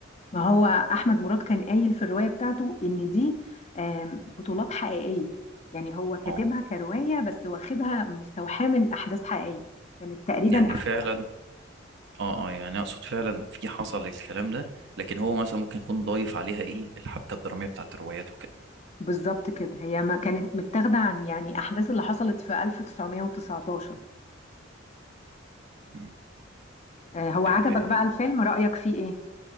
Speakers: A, on the left (about 35°); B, on the right (about 65°).
A: ما هو احمد مراد كان قايل في الروايه بتاعته ان دي آم، بطولات حقيقيه يعني هو كاتبها
B: اه
A: كروايه بس واخدها مستوحاه من احداث حقيقيه كانت تقريبا
B: يعني
A: أح-
B: فعلا اه اه يعني اقصد فعلا في حصل الكلام ده لكن هو مثلا ممكن يكون ضايف عليها ايه الحبكه الدراميه بتاعت الروايات وكده
A: بالظبط كده هي ما كانت متاخده عن يعني احداث اللي حصلت في 1919
B: مم.
A: آه، هو
B: طيب
A: عجبك
B: آه،
A: بقى الفيلم رايك فيه ايه